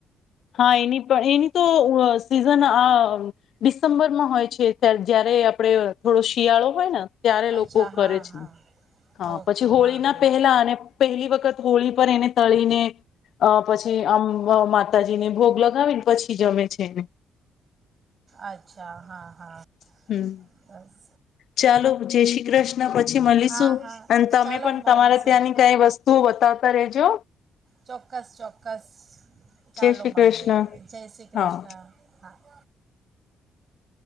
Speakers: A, on the left; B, on the right.
A: હા એની પણ એની તો અ સીઝન આ ડિસેમ્બરમાં હોય છે ત્યા જયારે આપણે થોડો શિયાળો હોય ને ત્યારે
B: અચ્છા
A: લોકો કરે
B: હા
A: છે.
B: હા
A: હા
B: ઓકે
A: પછી હોળી
B: હા
A: ના
B: હા
A: પહેલા અને પહેલી વખત હોળી પર એને તળીને અ પછી આમ વ મા તાજીને ભોગ લગાવીને પછી જમે છે એને.
B: અચ્છા હા હા.
A: હમ
B: બસ.
A: ચાલો જય શ્રી કૃષ્ણ પછી મલીશું.
B: હા હા
A: અને તમે
B: ચાલો
A: પણ
B: મળીશું
A: તમારે ત્યાંની કાઈ વસ્તુઓ બતાવતા રેજો.
B: ચોક્કસ ચોક્કસ. ચાલો
A: જય શ્રી
B: મળીએ
A: કૃષ્ણ
B: જય શ્રી કૃષ્ણ
A: હા
B: હા. <inaudible>